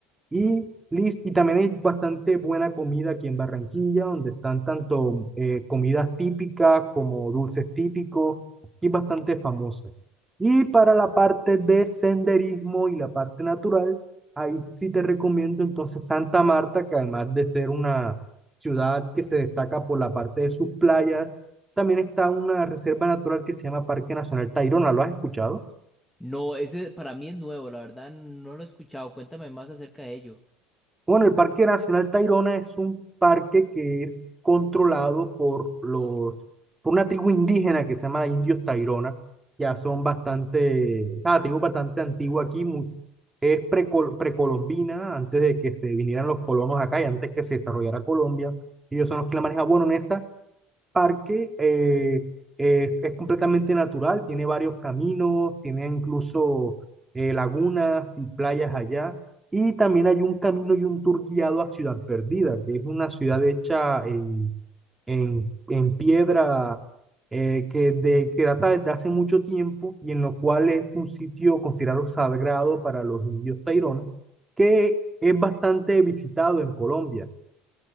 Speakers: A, on the right; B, in the centre.
A: Y, lis- y también hay bastante buena comida aquí en Barranquilla, donde están tanto eh, comidas típicas como dulces típicos y bastante famosas. Y para la parte de senderismo y la parte natural, ahí sí te recomiendo entonces Santa Marta, que además de ser una ciudad que se destaca por la parte de sus playas, también está una reserva natural que se llama Parque Nacional Tayrona. ¿Lo has escuchado?
B: No, ese para mí es nuevo, la verdad no lo he escuchado. Cuéntame más acerca de ello.
A: Bueno, el Parque Nacional Tayrona es un parque que es controlado por los, por una tribu indígena que se llama Indios Tayrona. Ya son bastante, ah, tribu bastante antigua aquí, mu- es precol- precolombina, antes de que se vinieran los colonos acá y antes que se desarrollara Colombia. Ellos son los que la manejan. Bueno, en esa parque eh, es, es completamente natural, tiene varios caminos, tiene incluso eh, lagunas y playas allá. Y también hay un camino y un tour guiado a Ciudad Perdida, que es una ciudad hecha en, en, en piedra eh, que, de, que data desde hace mucho tiempo y en lo cual es un sitio considerado sagrado para los indios taironas, que es bastante visitado en Colombia.